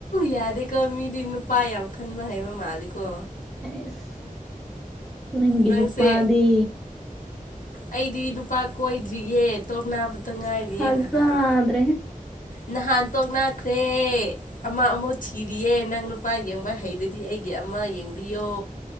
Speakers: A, on the left; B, in the centre.
A: ꯌꯥꯔꯦꯀꯣ ꯃꯤꯗꯤ ꯅꯨꯄꯥꯥꯏ ꯌꯥꯝ ꯈꯟꯕ ꯍꯥꯏ ꯃ ꯃꯥꯜꯂꯤꯀꯣ
B: ꯍꯁ ꯅꯪꯒꯤ
A: ꯅꯪꯁꯦ
B: ꯅꯨꯄꯥꯗꯤ
A: ꯑꯩꯗꯤ ꯅꯨꯄꯥ ꯀꯣꯏꯗ꯭ꯔꯤꯌꯦꯦ ꯇꯣꯛ ꯅꯥꯕꯇ
B: ꯏꯁ
A: ꯉꯥꯏꯔꯤꯌꯦ
B: ꯊꯥꯖꯗ꯭ꯔꯦꯍꯦ
A: ꯉꯥꯏꯍꯥꯟ ꯅꯍꯥꯟ ꯇꯣꯛꯅꯥꯈ꯭ꯔꯦ ꯑꯃ ꯑꯃꯨꯛ ꯊꯤꯔꯤꯌꯦ ꯅꯪ ꯅꯨꯄꯥ ꯌꯦꯡꯕ ꯍꯩꯔꯗꯤ ꯑꯩꯒꯤ ꯑꯃ ꯌꯦꯡꯕꯤꯌꯣ